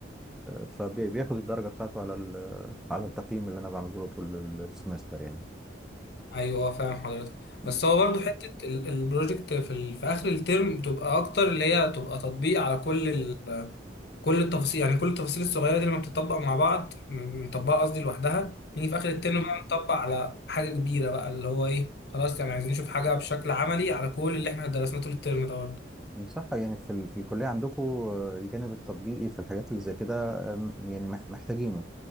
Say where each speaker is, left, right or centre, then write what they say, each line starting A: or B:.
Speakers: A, in the centre; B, on the left (about 60°).
A: فبياخد الدرجه بتاعته على ال- على التقييم اللي انا بعمله له طول ال- السمستر
B: ايوه آه، فاهم حضرتك
A: يعني
B: بس هو برضو حته ال- البروجكت في ال- في اخر الترم بتبقى اكتر اللي هي تبقى تطبيق على كل ال- كل التفاصيل يعني كل التفاصيل الصغيره دي لما بتطبق مع بعض م- مطبقه قصدي لوحدها نيجي في اخر الترم بقى نطبق على حاجه كبيره بقى اللي هو ايه خلاص يعني عايزين نشوف حاجه بشكل عملي على كل اللي احنا درسناه طول الترم ده برضه
A: صح يعني في ال... في الكلية عندكم الجانب التطبيقي في الحاجات اللي زي كده آم، يعني مح- محتاجينه